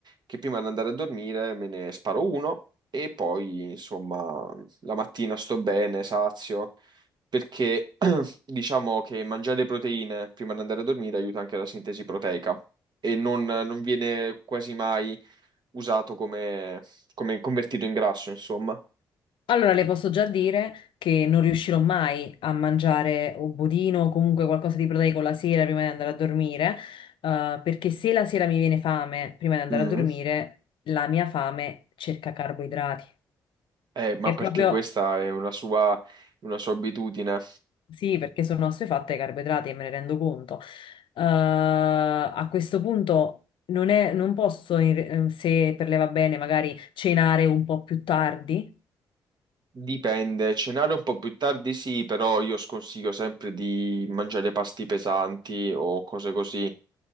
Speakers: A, on the right; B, on the left.
A: che prima di andare a dormire me ne sparo uno e poi, insomma, la mattina sto bene, sazio, perché <clears throat> diciamo che mangiare proteine prima di andare a dormire aiuta anche la sintesi proteica. E non, non viene quasi mai usato come, come convertito in grasso, insomma.
B: Allora le posso già dire che non riuscirò mai a mangiare un budino o comunque qualcosa di proteico la sera prima di andare a dormire, eh, perché se la sera mi viene fame prima di andare
A: Mm.
B: a dormire, la mia fame cerca carboidrati.
A: Eh, ma
B: È
A: perché
B: proprio
A: questa è una sua, una sua abitudine.
B: Sì, perché sono assuefatte ai carboidrati e me ne rendo conto. Eh, a questo punto non è- non posso, in re- eh, se per lei va bene, magari cenare un po' più tardi.
A: Dipende, cenare un po' più tardi sì, però io sconsiglio sempre di mangiare pasti pesanti o cose così,